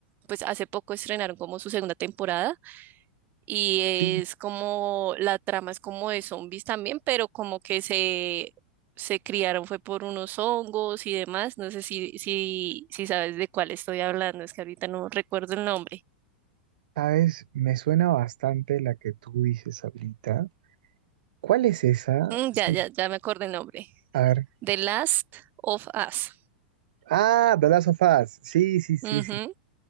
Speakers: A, on the right (about 35°); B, on the right (about 60°).
A: pues hace poco estrenaron como su segunda temporada y es
B: Sí,
A: como, la trama es como de zombies también, pero como que se, se criaron fue por unos hongos y demás. No sé si, si, si sabes de cuál estoy hablando, es que ahorita no recuerdo el nombre.
B: sabes, me suena bastante la que tú dices ahorita. ¿Cuál es esa?
A: Mm,
B: Sí,
A: ya, ya, ya me acordé el nombre.
B: a ver.
A: The Last of Us.
B: Ah, The Last of Us. Sí, sí, sí,
A: Ujú,
B: sí.